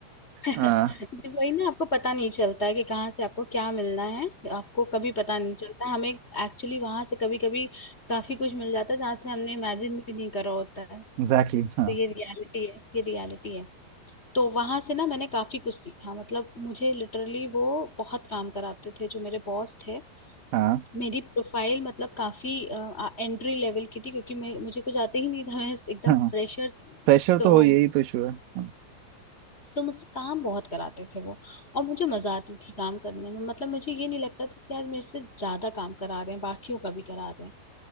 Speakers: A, on the left; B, on the right.
A: जी,
B: हाँ
A: वही ना आपको पता नहीं चलता है कि कहाँ से आपको क्या मिलना है आपको कभी पता नहीं चलता है हमें एक्चुअली वहां से कभी कभी काफी कुछ मिल जाता है जहाँ से हमने इमेजिन भी नहीं करा होता है
B: एग्जैक्टली
A: तो
B: हाँ
A: ये रियलिटी है ये रियलिटी है तो वहां से ना मैंने काफी कुछ सीखा मतलब मुझे लिटरली वो बहुत काम कराते थे जो मेरे बॉस थे
B: हाँ
A: मेरी प्रोफाइल मतलब काफी एंट्री लेवल की थी क्योंकि मैं मुझे कुछ आते ही नहीं था मैं एकदम
B: हाँ
A: फ्रेशर थी
B: प्रेशर
A: तो
B: तो हो यही तो इशू है हाँ।
A: तो मुझसे काम बहुत कराते थे वो और मुझे मजा आती थी काम करने में मतलब मुझे ये नहीं लगता था कि यार मेरे से ज्यादा काम करा रहे हैं बाकियों का भी करा रहे हैं